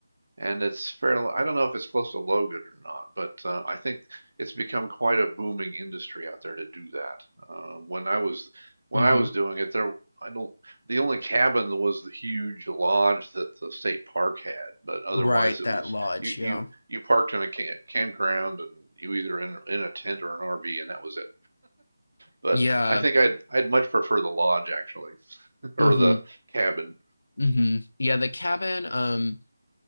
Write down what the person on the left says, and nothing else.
mm-hmm.
Right,
that
lodge,
yeah.
Yeah.
Mm-hmm.
Mm-hmm. Yeah, the cabin, um,